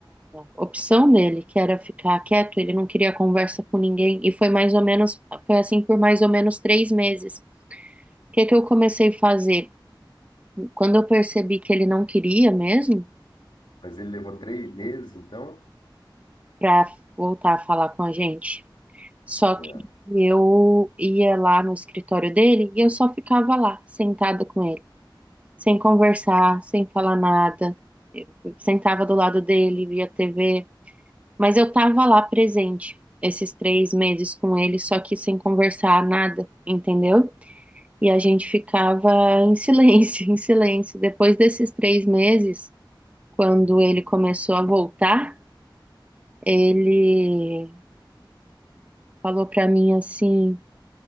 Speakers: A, on the right; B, on the left.
A: opção dele, que era ficar quieto, ele não queria conversa com ninguém, e foi mais ou menos, foi assim por mais ou menos três meses. O que que eu comecei a fazer? Quando eu percebi que ele não queria mesmo,
B: Mas ele levou três meses, então?
A: para voltar a falar com a gente, só
B: Certo.
A: que eu ia lá no escritório dele e eu só ficava lá, sentada com ele, sem conversar, sem falar nada. Eu sentava do lado dele, via TV. Mas eu tava lá presente esses três meses com ele, só que sem conversar nada, entendeu? E a gente ficava em silêncio, <laughs> em silêncio. Depois desses três meses, quando ele começou a voltar, ele falou pra mim assim: